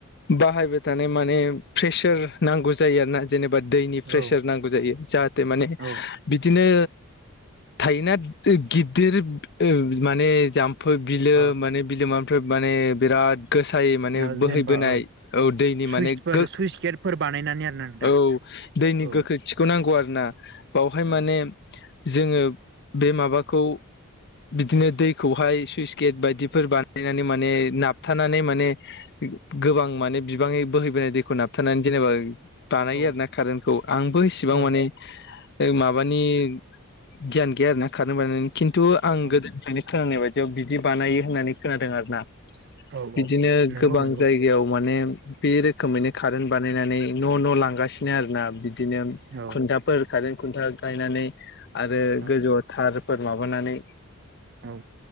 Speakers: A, on the left; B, on the right.
A: बाहायबाय थानाय माने प्रेसार नांगौ जायो आरोना जेनब बा दैनि प्रेसार
B: औ
A: नांगौ जायो जाहाथे माने
B: औ
A: बिदिनो थायोना गिदिर ओ माने जाम फोर बिलो
B: औ
A: माने बिलोमानिफ्राय माने बिराद गोसायै माने
B: ओ
A: बोहैबोनाय
B: जेनेबा औ
A: औ दैनि
B: सुइसफोर
A: माने गो
B: सुइस गेटफोर बानायनानै आरोना नोंथां
A: औ दैनि
B: औ
A: गोख्रैथिखौ नांगौ आरोना बावहाय
B: औ
A: माने जोंङो बे माबाखौ बिदिनो दैखौहाय सुइस गेट बायदिफोर बानायनानै माने नाप नाबथानानै माने गोबां माने बिबांनि बोहैबोनाय दैखौ नाबथानानै जेनेबा बानायो
B: औ
A: आरो ना कारेन्टखौ आंबो इसेबां
B: औ
A: माने ओ माबानि गियान गैया आरोना खारेन बानायनायनि खिन्थु आं
B: औ
A: गोदोनिफ्रायनो खोनानाय बायद बेयाव बिदि बानायो होननानै खोनादों आरोना
B: औ
A: बिदिनो
B: औ नंगौ
A: गोबां
B: नंगौ
A: जायगायाव माने बे रोखोमैनो कारेन्ट बानायनानै न न‌ लांगासिनो आरो ना बिदिनो
B: औ
A: खुन्थाफोर खारेन खुन्था गायनानै आरो
B: औ
A: गोजौआव थारफोर माबानानै
B: औ